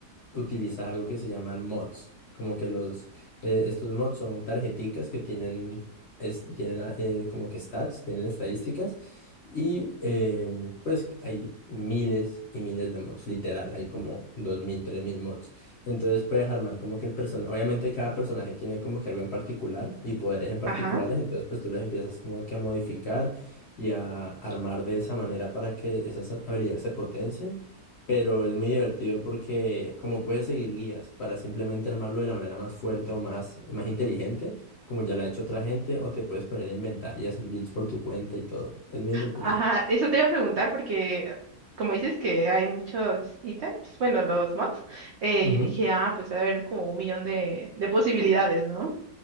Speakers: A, on the left; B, on the right.
A: utilizas algo que se llaman mods. Como que los, eh, estos mods son tarjeticas que tienen, es- tienen ah, eh, como que stats, tienen estadísticas. Y em, pues hay miles y miles de mods, literal, hay como dos mil tres mil mods. Entonces puedes armar como que el personaje, obviamente cada personaje tiene como que algo en particular y poderes en particulares,
B: Ajá,
A: entonces pues tú los empiezas como que a modificar y a armar de esa manera para que esas habilidades se potencien. Pero es muy divertido porque como puedes seguir guías para simplemente armarlo de la manera más fuerte o más, más inteligente, como ya lo ha hecho otra gente, o te puedes poner a inventar y hacer builds por tu cuenta y todo. Es muy entretenido.
B: ajá, eso te iba a preguntar porque como dices que hay muchos ítems, bueno, los mods, eh,
A: Ujú.
B: yo dije, ah, pues va a ver, como un millón de, de posibilidades, ¿no?